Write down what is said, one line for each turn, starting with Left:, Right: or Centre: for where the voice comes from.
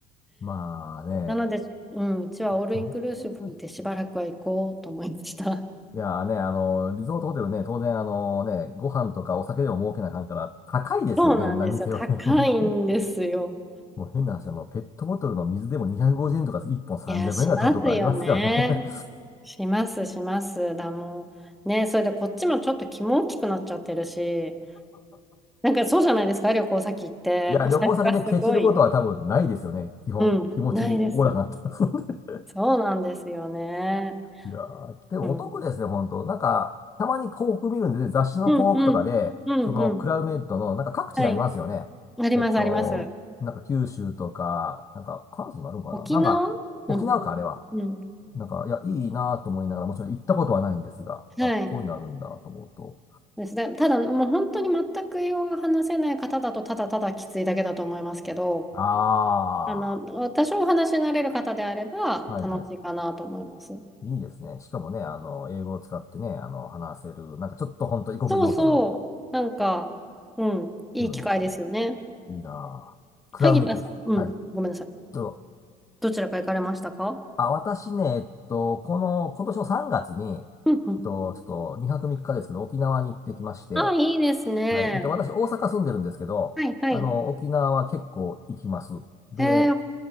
Left: まあね、
Centre: なので、うん、うちはオールインクルーシブでしばらくは行こうと思いました。
Left: どんくさいないやーね、あの、リゾートホテルね、当然、あのね、ご飯とかお酒でも儲けなあかんから、高いですよね、
Centre: そうなんですよ。
Left: 何にせよね、
Centre: 高いんですよ。
Left: <laughs> 本当に。もう変な話、あの、ペットボトルの水でも250円とか、1本300円ぐらい取るとかありますからね。
Centre: いや、しますよね。します、します。だ、もう、ね、それでこっちもちょっと気も大きくなっちゃってるし、なんかそうじゃないですか、旅行先行って。
Left: <laughs> いや、
Centre: お財布がすごい。
Left: 旅行先でケチることは多分ないですよね、基本。
Centre: うん、
Left: 気持ちおおらかになってますんで
Centre: ないです。
Left: <laughs>
Centre: そうなんですよね。
Left: いやー、でもお得ですね、
Centre: うん。
Left: 本当。なんか、たまに広告見るんで、雑誌の広告とかで、
Centre: うん、うん、うん、
Left: そのクラウメッドの、
Centre: うん。
Left: なんか各地にありますよね。
Centre: はい。あります、
Left: えっと、
Centre: あります。
Left: なんか九州とか、なんか関西にもあるのかななんか、
Centre: 沖縄うん。
Left: 沖縄か、あれは。
Centre: うん。
Left: なんか、いや、いいなと思いながら、もちろん行ったことはないんですが、
Centre: はい。
Left: あ、こういうのあるんだと思うと。
Centre: ですね。ただ、もう本当に全く英語が話せない方だと、ただただきついだけだと思いますけど、
Left: あ
Centre: あの、多少お話しになれる方であれば、
Left: あ、はいはい。
Centre: 楽しいかなと思います。
Left: いいですね。しかもね、あの、英語を使ってね、あの、話せる、なんかちょっと本当異国情緒の
Centre: そうそう。なんか、うん。いい機会ですよね。
Left: 気分ですよね。いいなあクラウメットです。
Centre: 萩田さん。うん。
Left: はい。
Centre: ごめんなさい。
Left: どうぞ
Centre: どちらか行かれましたか
Left: あ、私ね、えっと、この、今年の3月に、
Centre: うん、うん。
Left: えっと、ちょっと2泊3日ですけど、沖縄に行ってきまして、
Centre: あ、いいですね。
Left: はい、えっと、私、大阪住んでるんですけど、
Centre: はい、はい。
Left: あの、沖縄は結構行きます。で、
Centre: えー、